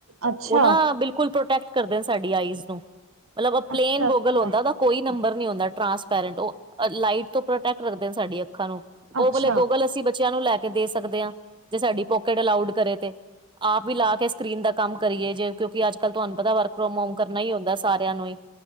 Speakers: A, on the right; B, on the right.
A: ਅੱਛਾ
B: ਉਹ ਨਾ ਬਿਲਕੁਲ ਪ੍ਰੋਟੈਕਟ ਕਰਦੇ ਨੇ ਨਾ ਸਾਡੀ ਆਈਜ਼ ਨੂੰ। ਮਤਲਬ ਪਲੇਨ
A: ਅੱਛਾ
B: ਗੋਗਲ
A: ਅੱਛਾ
B: ਹੁੰਦਾ ਓਦਾ ਕੋਈ ਨੰਬਰ ਨੀ ਹੁੰਦਾ ਟ੍ਰਾਂਸਪੈਰੇਂਟ ਉਹ ਲਾਈਟ ਤੋਂ ਪ੍ਰੋਟੈਕਟ ਰੱਖਦੇ ਸਾਡੀ ਅੱਖਾਂ ਨੂੰ ਉਹ
A: ਅੱਛਾ
B: ਵਾਲੇ ਗੋਗਲ ਅਸੀਂ ਬੱਚਿਆਂ ਨੂੰ ਲੈ ਕੇ ਦੇ ਸਕਦੇ ਹਾਂ ਜੇ ਸਾਡੀ ਪੋਕਟ ਅਲਾਉਡ ਕਰੇ ਤੇ ਆਪ ਵੀ ਲਾ ਕੇ ਸਕਰੀਨ ਦਾ ਕੰਮ ਕਰੀਏ ਜੇ ਕਿਉਂਕਿ ਅੱਜ ਕੱਲ ਤੁਹਾਨੂੰ ਪਤਾ ਵਰਕ ਫਰੋਮ ਹੋਮ ਕਰਨਾ ਹੀ ਹੁੰਦਾ ਸਾਰਿਆਂ ਨੂੰ ਹੀ